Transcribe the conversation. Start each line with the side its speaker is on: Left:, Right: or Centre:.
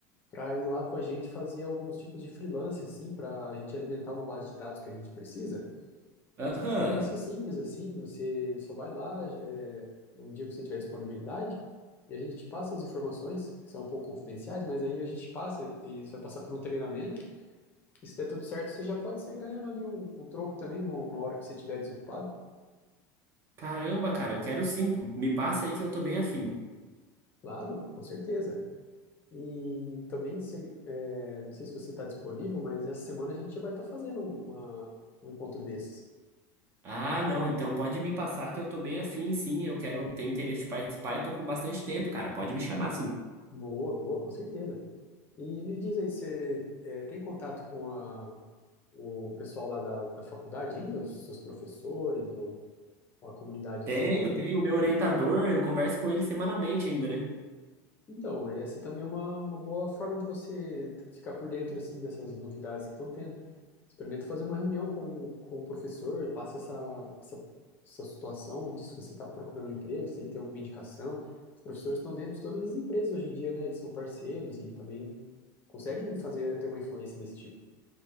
Left: para ir lá com a gente fazer alguns tipos de freelance, assim, para a gente alimentar uma base de dados que a gente precisa.
Right: Aham.
Left: E são freelances simples assim, você só vai lá, é, um dia que você tiver disponibilidade, e a gente te passa as informações, que são um pouco confidenciais, mas aí a gente passa, e e isso vai passar por um treinamento, e se der tudo certo, você já pode sair ganhando ali um, um troco também no- na hora que você estiver desocupado.
Right: Caramba, cara, eu quero sim. Me passa aí que eu tô bem afim.
Left: Claro, com certeza. E também, se, é, não sei se você está disponível, mas essa semana a gente já vai estar fazendo uma, um encontro desses.
Right: Ah, não, então pode me passar que eu tô bem afim, sim. Eu quero, tenho interesse de participar e tô com bastante tempo, cara. Pode me chamar, sim.
Left: Boa, boa, com certeza. E me diz aí, você eh, tem contato com a, o pessoal lá da, da faculdade ainda? Os seus professores ou ou a comunidade
Right: Tenho,
Left: assim que...
Right: tenho. O meu orientador, eu converso com ele semanalmente ainda, né?
Left: Então, essa também é uma, uma boa forma de você t- ficar por dentro assim dessas novidades que estão tendo. Experimenta fazer uma reunião com, com o professor, e passe essa, essa, essa situação e diz que você está procurando um emprego, se ele tem alguma indicação. Os professores estão dentro de todas as empresas hoje em dia, né? Eles são parceiros e também conseguem fazer, ter uma influência desse tipo.